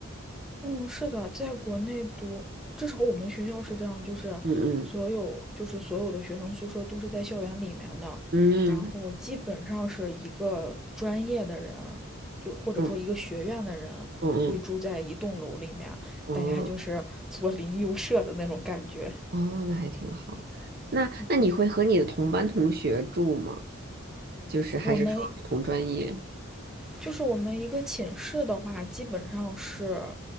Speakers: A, in the centre; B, on the right.
A: 嗯，是的，在国内读，至少我们学校是这样，就是所有就是所有的学生宿舍都是在校园里面的，
B: 嗯嗯嗯
A: 然后基本上是一个专业的人，就或者说一个学院的人会住在一栋楼里面，
B: 嗯嗯嗯嗯，哦。
A: 大家就是左邻右舍的那种感觉。
B: 哦，那还挺好。那那你会和你的同班同学住吗？
A: 嗯，
B: 就是还是说同专业？
A: 我们就是我们一个寝室的话，基本上是